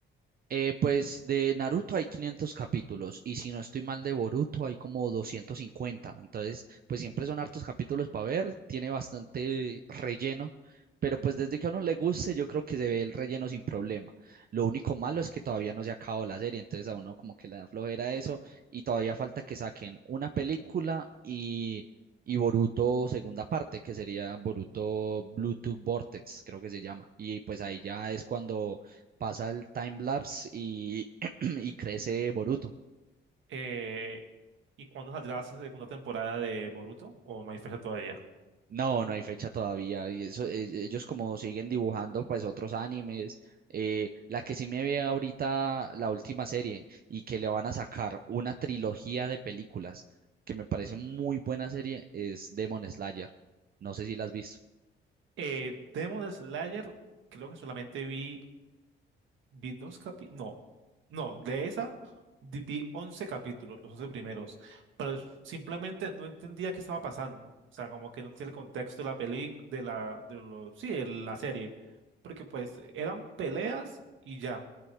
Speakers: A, on the right; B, on the right.
A: Eh, pues de Naruto hay 500 capítulos y si no estoy mal de Boruto hay como 250. Entonces, pues siempre son hartos capítulos para ver, tiene bastante relleno, pero pues desde que a uno le guste yo creo que se ve el relleno sin problema. Lo único malo es que todavía no se acabó la serie, entonces a uno como que le da flojera eso y todavía falta que saquen una película y, y Boruto segunda parte, que sería Boruto Bluetooth Vortex, creo que se llama. Y pues ahí ya es cuando pasa el time lapse y, <clears throat> y crece Boruto.
B: Eh, ¿y cuándo saldrá la segunda temporada de Boruto? ¿O no hay fecha todavía?
A: No, no hay fecha todavía. Y eso, e- e, ellos como siguen dibujando pues otros animes. eh, la que sí me ve ahorita la última serie y que le van a sacar una trilogía de películas que me parece muy buena serie es Demon Slayer. No sé si la has visto.
B: Eh, Demon Slayer, creo que solamente vi Vi dos capítulos, no, no, de esa di- vi 11 capítulos, los 11 primeros, pero s- simplemente no entendía qué estaba pasando, o sea, como que no tiene el contexto de la peli, de la, de lo, sí, de la serie, porque pues eran peleas y ya,